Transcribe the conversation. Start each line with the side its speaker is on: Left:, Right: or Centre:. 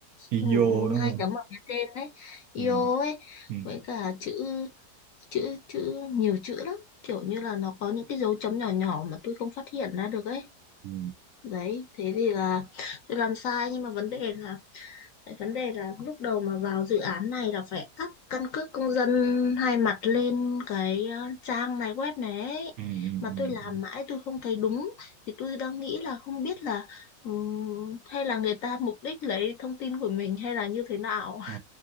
Right: Video
Left: ừ,
Right: đúng
Left: hai
Right: không
Left: chấm ở phía trên đấy io
Right: ừ.
Left: ấy
Right: ừ.
Left: với cả chữ chữ chữ nhiều chữ lắm kiểu như là nó có những cái dấu chấm nhỏ nhỏ mà tôi không phát hiện ra được ấy
Right: ừ,
Left: đấy thế thì là tôi làm sai nhưng mà vấn đề là Tại vấn đề là lúc đầu mà vào dự án này là phải up căn cước công dân hai mặt lên cái ờ, trang này web này ấy.
Right: ừ, ừ,
Left: Mà
Right: ừ,
Left: tôi làm
Right: ừ.
Left: mãi tôi không thấy đúng thì tôi đang nghĩ là không biết là ừm, hay là người ta mục đích lấy thông tin của mình hay là như thế nào
Right: Ờ,